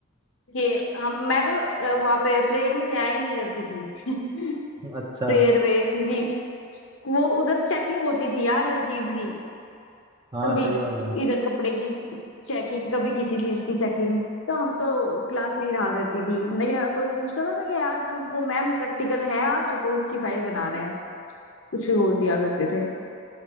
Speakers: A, on the left; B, on the right.
A: कि हम मैं तो वहां पे प्रेयर में जाया ही नहीं करती थी <laughs>
B: अच्छा
A: प्रेयर में क्योंकि वो उधर चेकिंग होती थी यार हर चीज की
B: हाँ
A: कभी
B: सही बात है
A: इधर कपड़े की चेकिंग कभी किसी चीज की चेकिंग तो हम तो क्लास में ही रहा करती थी मैं क्या कोई पूछता था मैं क्या यार वो मैम प्रैक्टिकल है आज तो उसकी फाइल बना रहे हैं कुछ भी बोल दिया करते थे